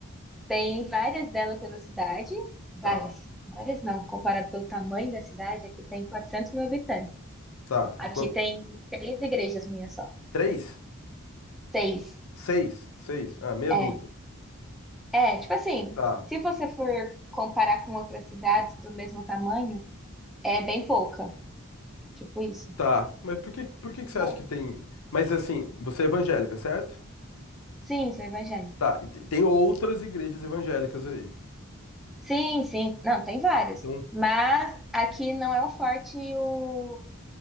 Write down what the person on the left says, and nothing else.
tá,
tá.
Quan-
Três?
Seis? Seis? Ah, meia
dúzia.
Tá.
Tá, mas por que, por que que
você acha que tem. Mas assim, você é evangélica, certo?
Tá, e te- tem outras igrejas evangélicas aí.
Então,